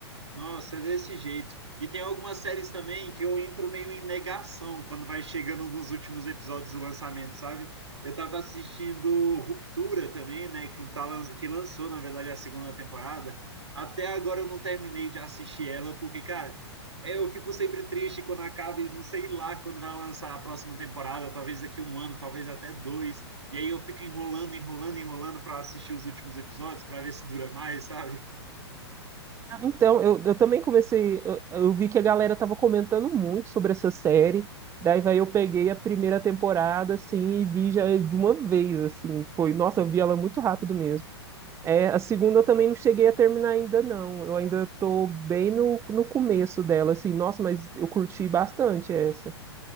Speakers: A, on the right (about 85°); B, on the right (about 20°).
A: Nossa, é desse jeito. E tem algumas séries também que eu entro meio em negação quando vai chegando nos últimos episódios do lançamento, sabe? Eu tava assistindo Ruptura também, né? Que, tá, lan- que lançou, na verdade, a segunda temporada. Até agora eu não terminei de assistir ela, porque, cara, eu fico sempre triste quando acaba e não sei lá quando vai lançar a próxima temporada, talvez daqui um ano, talvez até dois. E aí eu fico enrolando, enrolando, enrolando para assistir os últimos episódios, para ver se dura mais, sabe?
B: Ah, Então, eu, eu também comecei, eu, eu vi que a galera tava comentando muito sobre essa série, daí vai eu peguei a primeira temporada, assim, e vi já de uma vez, assim, foi, nossa, eu vi ela muito rápido mesmo. É, a segunda eu também não cheguei a terminar ainda, não. Eu ainda tô bem no, no começo dela, assim. Nossa, mas eu curti bastante essa.